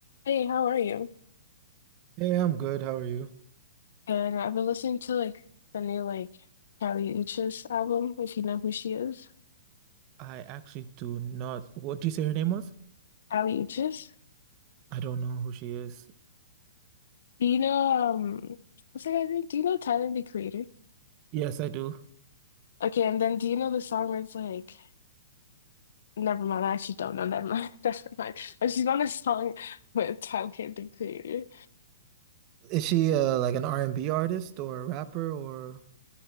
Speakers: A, on the left (about 70°); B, on the right (about 35°).
A: Hey, how are you?
B: Hey, I'm good. How are you?
A: And I've been listening to like the new like Kali Uchis album, if you know who she is.
B: I actually do not. What do you say her name was?
A: Kali Uchis.
B: I don't know who she is.
A: Do you know um what's that guy's name? Do you know Tyler the Creator?
B: Yes, I do.
A: Okay, and then do you know the song where it's like never mind, I actually don't know, never mind, <laughs> never mind. But she's on a song with Tyler the Creator.
B: Is she uh like an R&B artist or a rapper or